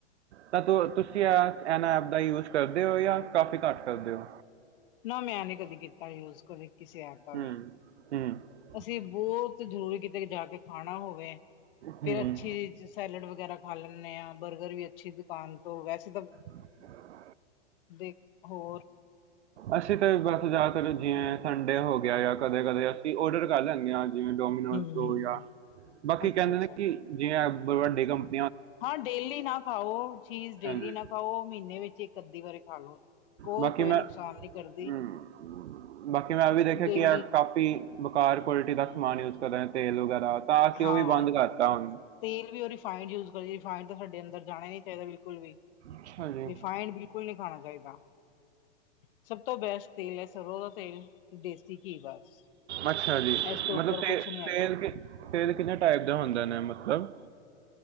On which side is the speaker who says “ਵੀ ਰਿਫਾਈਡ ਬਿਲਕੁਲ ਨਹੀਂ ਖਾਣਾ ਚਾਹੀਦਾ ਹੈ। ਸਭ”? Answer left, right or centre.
Left